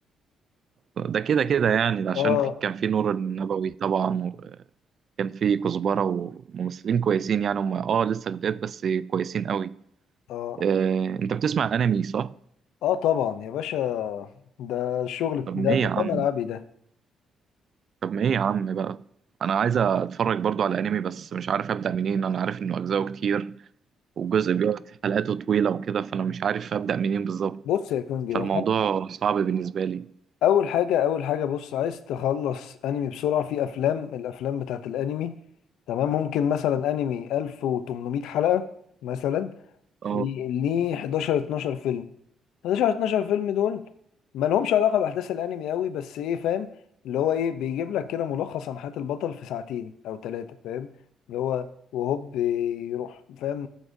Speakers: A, on the right; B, on the left.
A: ده كده كده يعني ده عشان
B: اه
A: في كان في نور النبوي طبعا وكان في كزبرة وممثلين كويسين يعني هم اه لسه جداد بس كويسين قوي
B: اه
A: آه انت بتسمع انمي صح؟
B: اه طبعا يا باشا ده الشغل بت-
A: طب
B: ده
A: ما ايه
B: ده
A: يا عم
B: ده ملعبي ده
A: طب ما ايه يا عم بقى انا عايز اتفرج برضو على انمي بس مش عارف ابدا منين انا عارف انه اجزاءه كتير والجزء بيقعد حلقاته طويله وكده فانا مش عارف ابدا منين بالظبط
B: بص يا كونجي
A: فالموضوع صعب بالنسبه لي
B: اول حاجه اول حاجه بص عايز تخلص انمي بسرعه في افلام الافلام بتاعت الانمي تمام ممكن مثلا انمي 1800 حلقه مثلا في
A: اه
B: ليه 11 12 فيلم 11 12 فيلم دول ما لهمش علاقه باحداث الانمي قوي بس ايه فاهم اللي هو ايه بيجيب لك كده ملخص عن حياه البطل في ساعتين او ثلاثه فاهم اللي هو وهوب يروح فاهم